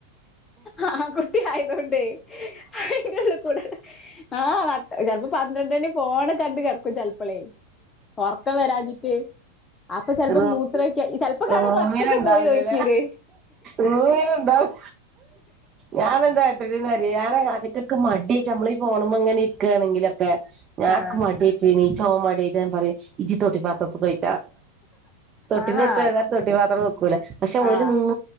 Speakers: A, on the left; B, on the right.
A: ആ കുട്ടി ആയതൊണ്ടേ അയൻ്റെള്ള് കൂടെ ആഹ് ചെലപ്പോ പന്ത്രണ്ട് മണി പോണ് കണ്ട് കിടക്കും ചെലപ്പോളേ ഒറക്കം വരാഞ്ഞിട്ട് അപ്പൊ
B: ആ
A: ചെിലപ്പോ മൂത്ര ഒക്ക ചിലപ്പോ കാണ
B: റൂമിന്
A: ഒറ്റക്കെ
B: ഉണ്ടാവില്ലല്ലേ
A: പോയി ഒഴിക്ക്ണ്
B: റൂമിന് ഉണ്ടാവും ഞാന് എന്താ കാട്ടല് ന്ന പരിഹാന കഥയ്ക്കൊക്ക മടിയായിട്ട് നമ്മളീ പോകുമ്പോള്ങ്ങെരിക്കുകയാണെങ്കിലോ ഞാക്ക്
A: ആഹ്
B: മടിയായട്ട് നീ ച്ചോവാൻ മടിയായിട്ടാ പറയും ഇജി തൊട്ടി പാത്രക്കയി തൊട്ടിന്റെ
A: ആഹ്
B: അടുത്ത് ഏതാലും തൊട്ടി പാത്രം വെക്കൂല പക്ഷെ ഓല്
A: ആഹ്
B: നി